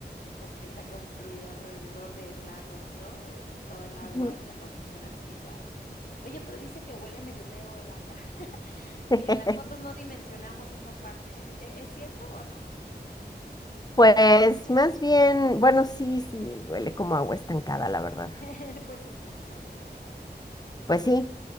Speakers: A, on the left; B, on the left.
A: pues que está construido alrededor de lagos, ¿no? Eh, Y todo el agua
B: Ujú.
A: y la construcción antigua. Oye, pero dicen que huele medio feo el agua
B: <laughs>
A: que en las fotos no dimensionamos esa parte. ¿E- ¿Es cierto o no?
B: Pues más bien, bueno, sí, sí, huele como agua estancada, la verdad.
A: <laughs> Pues es que sí es agua estancada.
B: Pues sí,